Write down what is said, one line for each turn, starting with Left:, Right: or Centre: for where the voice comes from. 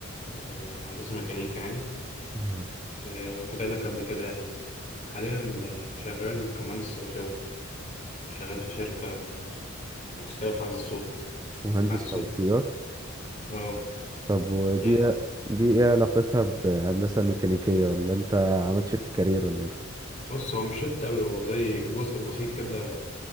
Left: آه، هندسه ميكانيكا يعني
Right: آه،
Left: آه، وانا كنت قايل لك قبل كده يعني حاليا آه، شغال كمهندس صوتيات شغال في شركه بتشتغل في عزل الصوت
Right: مهندس
Left: عزل صوت
Right: صوتيات
Left: اه
Right: طب ودي
Left: يعني
Right: دي ايه علاقتها بهندسة الميكانيكية ولا انت عملت شيفت كارير ولا ايه
Left: بص هو مش شفت قوي هو زي جزء بسيط كده